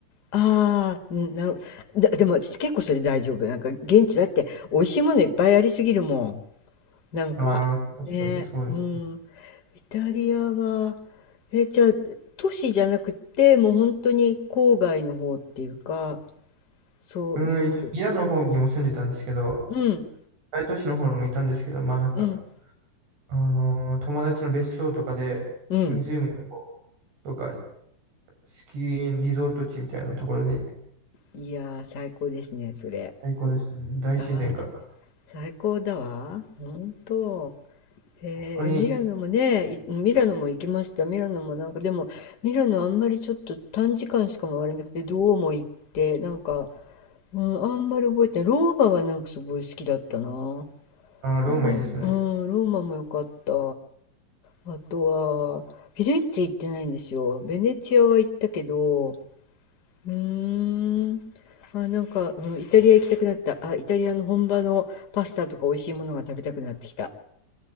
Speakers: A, on the left (about 50°); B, on the right (about 85°).
A: あ。あーうんなる、だ、でも私結構それ大丈夫。なんか現地だって美味しいものいっぱいありすぎるもん。なんかね、
B: ああ、確かにそうです。
A: うん。イタリアは、え、じゃあ都市じゃなくてもう本当に郊外の方っていうか、そういうところ。
B: うん、一応ミラノの方にも住んでたんですけど、
A: うん、
B: 大都市の方にもいたんですけど、まあなんか、
A: うん、
B: あのー友達の別荘とかで、
A: うん。
B: 湖の方とか、スキーリゾート地みたいなところに
A: いやー、最高ですね、それ。
B: 最高ですね。大自然が。
A: さあ、最高だわ。本当。へえ、
B: 他に、
A: ミラノもね、いミラノも行きました。ミラノもなんかでも、ミラノあんまりちょっと短時間しか回れなくて、どうも行って、なんか、うん、あんまり覚えてない。ローマはなんかすごい好きだったな。
B: あー、ローマいいですよね。
A: うん、うんローマも良かった。あとは、フィレンツェ行ってないんですよ。ベネチアは行ったけど、うーん、あ、なんか、うん、イタリア行きたくなった。あ、イタリアの本場のパスタとか美味しいものが食べたくなってきた。